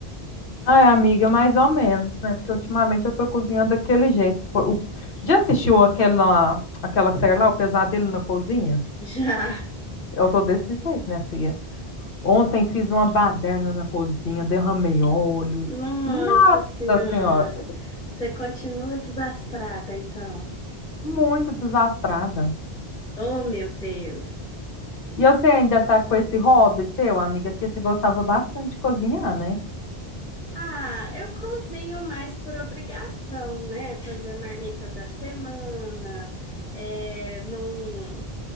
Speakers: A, on the left; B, on the left.
A: Ai, amiga, mais ou menos, né? Porque ultimamente eu tô cozinhando daquele jeito. Pô, o- Já assistiu aquela, aquela série lá, O Pesadelo na Cozinha?
B: <laughs> Já.
A: Eu tô desse jeito, minha filha. Ontem fiz uma baderna na cozinha, derramei óleo.
B: Nossa
A: Nossa
B: Senhora.
A: Senhora,
B: Você continua desastrada, então.
A: muito desastrada.
B: Oh, meu Deus.
A: E você ainda tá com esse hobby seu, amiga, que você gostava bastante de cozinhar, né?
B: Ah, eu cozinho mais por obrigação, né? Fazer marmita da semana, é, não,